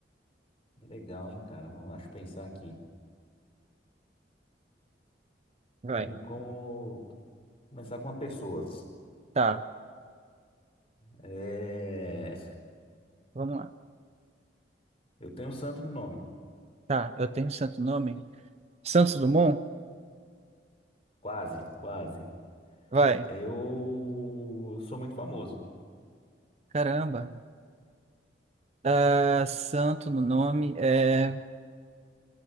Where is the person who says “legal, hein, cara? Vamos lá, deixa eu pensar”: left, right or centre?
Left